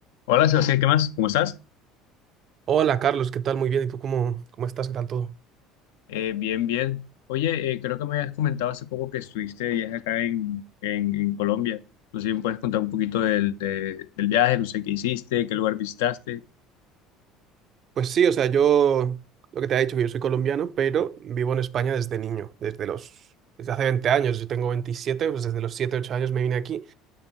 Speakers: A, on the left; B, on the right.
A: Hola Sebastián, ¿qué más? ¿Cómo estás?
B: Hola Carlos, ¿qué tal? Muy bien. ¿Y tú cómo, cómo estás? ¿Qué tal todo?
A: Eh, bien, bien. Oye, eh, creo que me habías comentado hace poco que estuviste de viaje acá en, en, en Colombia. No sé si me puedes contar un poquito del, de- del viaje, no sé qué hiciste, qué lugar visitaste.
B: Pues sí, o sea, yo lo que te he dicho, que yo soy colombiano, pero vivo en España desde niño, desde los, desde hace 20 años. Yo tengo veintisiete pues desde los 7 8 años me vine aquí.